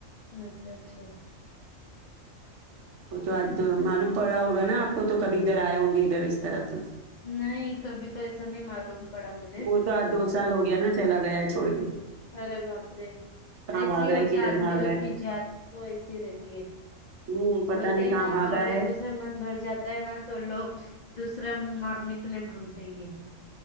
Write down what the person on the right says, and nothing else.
وہ تو آج معلوم پڑا ہوگا نا آپ کو تو کبھی ادھر آئے ہوں گے ادھر اس طرف تو
وہ تو آج دو سال ہو گیا نا چلا گیا ہے چھوڑ کے
کہاں
بھاگا
ہے کدھر
بھاگا
ہے
ہوں پتا
نہیں کہاں
بھاگا
ہے